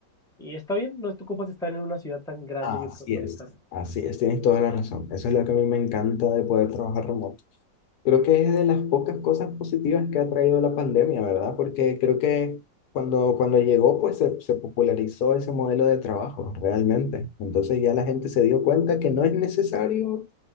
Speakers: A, in the centre; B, on the left (about 70°).
A: Y está bien, no te ocupas estar en una ciudad tan grande,
B: Así
A: yo creo, para
B: es,
A: estar.
B: así es, tienes toda la razón. Eso es lo que a mí me encanta de poder trabajar remoto. Creo que es de las pocas cosas positivas que ha traído la pandemia, ¿verdad? Porque creo que cuando, cuando llegó, pues se, se popularizó ese modelo de trabajo realmente. Entonces ya la gente se dio cuenta que no es necesario